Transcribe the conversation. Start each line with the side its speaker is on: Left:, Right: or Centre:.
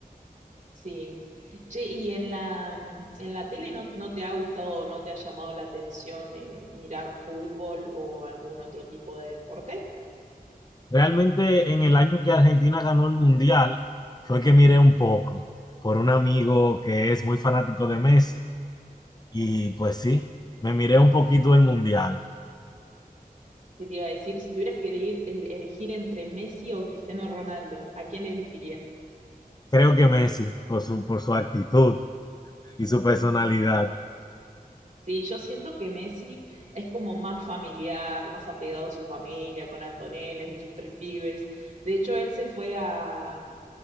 Right: Sí. Che, y en la, en la tele no, no te ha gustado o no te ha llamado la atención eh, mirar fútbol o algún otro tipo de deporte?
Left: Realmente en el año que Argentina ganó el Mundial fue que miré un poco por un amigo que es muy fanático de Messi y pues sí, me miré un poquito el Mundial.
Right: ¿Qué te iba a decir? Si tuvieras que elegir, el- elegir entre Messi o Cristiano Ronaldo, ¿a quién elegirías?
Left: Creo que Messi, por su, por su actitud y su personalidad.
Right: Sí, yo siento que Messi es como más familiar, más apegado a su familia, con Antonella y sus tres pibes. De hecho, él se fue a,